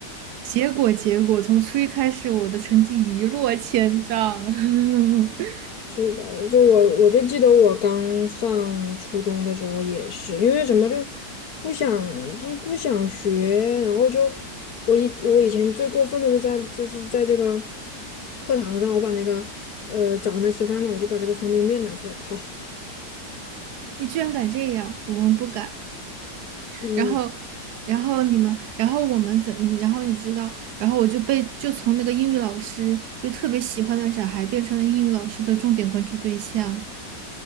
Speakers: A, on the right; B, on the left.
A: 结果结果从初一开始，我的成绩一落千丈。<laughs>
B: 是吧？就我我就记得我刚上初中的时候也是，因为什么就是不想不不想学，然后就我以我以前最过分的就在就是在这个课堂上，我把那个呃早上没吃饭嘛，我就把这个方便面拿出来泡，
A: 你居然敢这样，我们不敢。
B: 嗯
A: 然后，然后你们，然后我们怎，你然后你知道，然后我就被就从那个英语老师，就特别喜欢的小孩，变成了英语老师的重点关注对象。